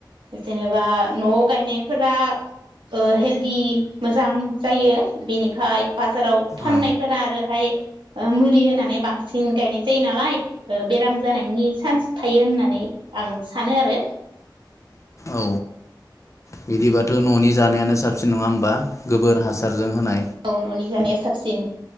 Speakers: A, on the right; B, on the left.
A: जेनेबा न'आव गायनायफोरा ओ हेल्दि मोजां जायो बेनिफाय बाजाराव फाननायफोरा
B: औ
A: आरोहाय मुलि होनानै बांसिन गायनाय जायो नालाय बेराम जानायनि चान्स थायो होननानै आं सानो आरो।
B: औ बिदिबा थ' न'नि जानायानो साबसिन नङा होमबा गोबोर हासारजों होनाय
A: औ न'नि जानाया साबसिन